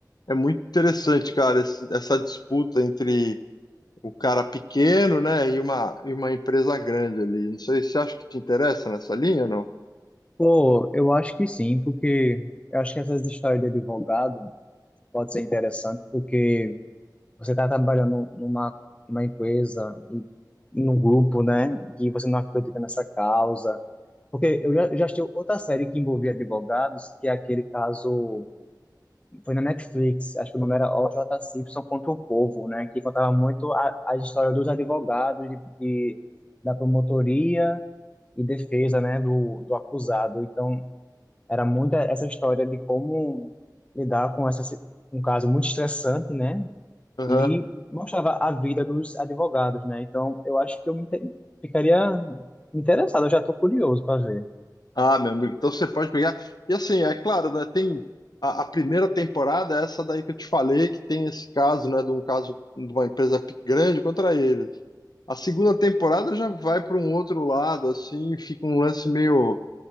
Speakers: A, on the left; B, on the left.
A: É muito interessante, cara, esse- essa disputa entre o cara pequeno, né, e uma, e uma empresa grande ali. Não sei, você acha que te interessa nessa linha ou não?
B: Pô, eu acho que sim, porque eu acho que essas histórias de advogado pode ser interessante, porque você está trabalhando numa, numa empresa e num grupo, né, e você não acredita nessa causa. Porque eu já, já assisti outra série que envolvia advogados, que é aquele caso. Foi na Netflix, acho que o nome era O J Simpson contra o Povo, né? Que contava muito a, a história dos advogados, de, de- da promotoria e defesa, né? Do, do acusado. Então, era muito essa história de como lidar com essa, si- um caso muito estressante, né?
A: Aham.
B: E mostrava a vida dos advogados, né? Então, eu acho que eu me inte- ficaria interessado, eu já tô curioso para ver.
A: Ah, meu amigo, então você pode pegar. E assim, é claro, né, tem a, a primeira temporada, é essa daí que eu te falei, que tem esse caso, né, de um caso de uma empresa pe- grande contra eles. A segunda temporada já vai para um outro lado, assim, fica um lance meio.